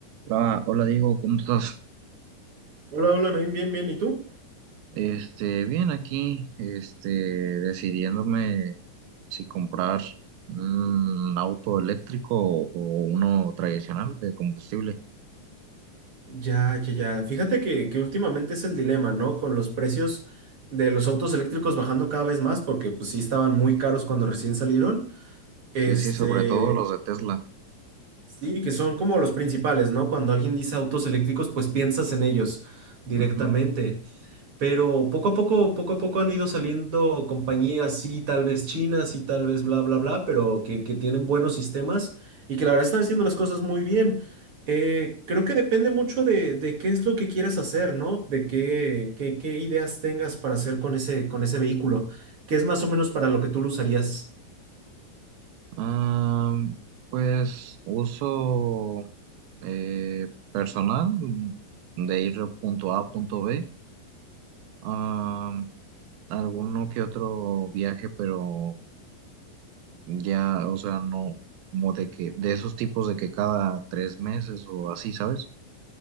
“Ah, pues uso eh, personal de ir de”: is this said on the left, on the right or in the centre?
Right